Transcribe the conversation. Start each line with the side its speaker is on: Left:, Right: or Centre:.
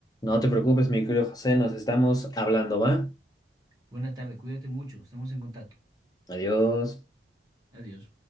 Left: No te preocupes, mi querido José, nos estamos hablando, ¿va?
Right: Buena tarde, cuídate mucho, estamos en contacto.
Left: Adiós.
Right: Adiós.